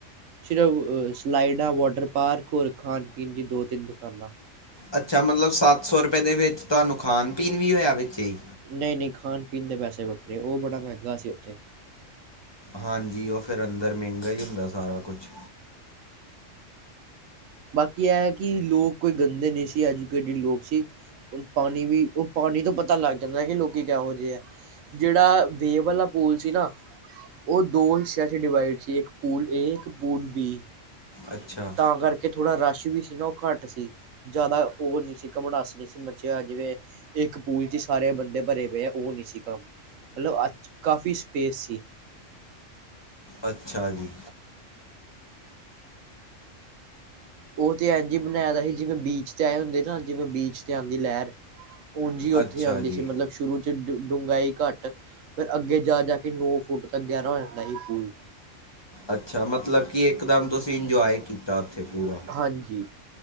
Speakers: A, on the right; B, on the left.
A: ਸਿਰਫ ਸਲਾਈਡਾਂ, ਵਾਟਰ ਪਾਰਕ, ਹੋਰ ਖਾਣ- ਪੀਣ ਦੀ ਦੋ- ਤਿੰਨ ਦੁਕਾਨਾਂ।
B: ਅੱਛਾ ਮਤਲਬ ਸੱਤ ਸੌ ਰੁਪਏ ਦੇ ਵਿੱਚ ਤੁਹਾਨੂੰ ਖਾਣ ਪੀਣ ਵੀ ਹੋਇਆ ਵਿੱਚ ਹੀ।
A: ਨਹੀਂ- ਨਹੀਂ ਖਾਣ- ਪੀਣ ਦੇ ਪੈਸੇ ਵੱਖਰੇ ਉਹ ਬੜਾ ਮਹਿੰਗਾ ਸੀ ਉੱਥੇ।
B: ਹਾਂਜੀ ਉਹ ਫੇਰ ਅੰਦਰ ਮਹਿੰਗਾ ਹੀ ਹੁੰਦਾ ਸਾਰਾ ਕੁਛ।
A: ਬਾਕੀ ਇਹ ਕਿ ਲੋਕ ਕੋਈ ਗੰਦੇ ਨਹੀਂ ਸੀ। ਐਜੂਕੇਟਿਡ ਲੋਕ ਸੀ। ਹੁਣ ਪਾਣੀ ਵੀ ਉਹ ਪਾਣੀ ਤੋਂ ਪਤਾ ਲੱਗ ਜਾਂਦਾ ਕਿ ਲੋਕੀ ਕਿਹੋ ਜਿਹੇ ਹੈ। ਜਿਹੜਾ ਵੇਬ ਵਾਲਾ ਪੂਲ ਸੀ ਨਾ। ਉਹ ਦੋ ਹਿੱਸਿਆਂ 'ਚ ਡਿਵਾਈਡ ਸੀ। ਇੱਕ ਪੂਲ ਏ, ਇੱਕ ਪੂਲ ਬੀ।
B: ਅੱਛਾ।
A: ਤਾਂ ਕਰਕੇ ਥੋੜਾ ਰਸ਼ ਵੀ ਸੀ ਨਾ ਉਹ ਘੱਟ ਸੀ। ਜ਼ਿਆਦਾ ਉਵਰ ਨਹੀਂ ਸੀ ਘਮਣਾਸ ਨੀ ਸੀ ਮੱਚਿਆ ਜਿਵੇਂ ਇੱਕ ਪੂਲ ਚ ਸਾਰੇ ਬੰਦੇ ਭਰੇ ਪਏ ਆ ਉਹ ਨਹੀਂ ਸੀ ਕੰਮ, ਮਤਲਬ ਅੱ ਕਾਫ਼ੀ ਸਪੇਸ ਸੀ।
B: ਅੱਛਾ ਜੀ।
A: ਉਹ ਤੇ ਅਵੇ ਜੀ ਬਣਾਇਆ ਦਾ ਸੀ ਜਿਵੇਂ ਬੀਚ ਤੇ ਆਏ ਹੁੰਦੇ ਨਾ ਜਿਵੇਂ ਬੀਚ ਤੇ ਆਉਂਦੀ ਲਹਿਰ। ਉਂਜੀ ਉੱਥੇ
B: ਅੱਛਾ
A: ਆਉਂਦੀ
B: ਜੀ
A: ਸੀ ਮਤਲਬ। ਸ਼ੁਰੂ ਚ ਡ ਡੂੰਘਾਈ ਘੱਟ ਫੇਰ ਅੱਗੇ ਜਾ- ਜਾ ਕੇ ਨੌ ਫੁੱਟ ਤੱਕ ਗਹਿਰਾ ਹੋ ਜਾਂਦਾ ਸੀ ਪੂਲ।
B: ਅੱਛਾ ਮਤਲਬ ਕਿ ਇੱਕਦਮ ਤੁਸੀਂ ਇੰਜੋਏ ਕੀਤਾ ਉੱਥੇ ਪੂਰਾ।
A: ਹਾਂਜੀ।